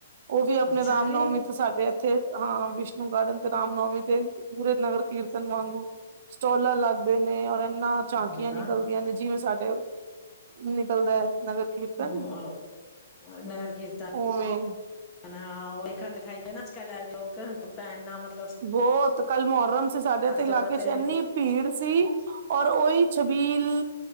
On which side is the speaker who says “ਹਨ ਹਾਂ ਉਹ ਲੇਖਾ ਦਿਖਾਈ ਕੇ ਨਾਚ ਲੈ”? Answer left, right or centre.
Left